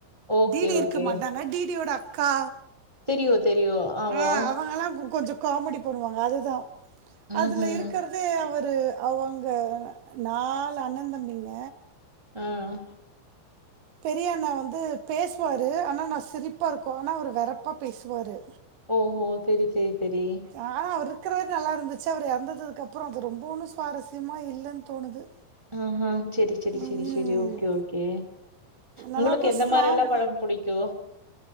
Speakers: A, on the right (about 20°); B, on the right (about 75°).
A: ஓகே,
B: டி டி இருக்க
A: ஓகே.
B: மாட்டாங்க டி டியோட அக்கா
A: தெரியும், தெரியும். ஆமா.
B: ஆ அவங்கெல்லா கொஞ்சோ காமெடி பண்ணுவாங்க அதுதா
A: ம்ஹ்ம்.
B: அதுல இருக்கற து அவரு அவுங்க நாலு அண்ணந்தம்பிங்க
A: ம்
B: பெரியண்ணா வந்து பேசுவாரு ஆனா நா சிரிப்பா இருக்கு ஆனா அவர் வெரப்பா பேசுவாரு
A: ஓ ஓ செரி செரி செரி
B: ஆ அவர் இருக்கற வரை நல்லா இருந்துச்சு அவர் எறந்ததுக்கப்றோ அது ரொம்புமே சுவாரஸ்யமா இல்லனு தோணுது
A: ஆமா செரி செரி செரி
B: ம்
A: செரி ஓகே ஓகே
B: நல்லாருக்கு
A: உங்களுக்கு எந்த
B: ஸ்லாங்
A: மாரியெல்லா படம் புடிக்கு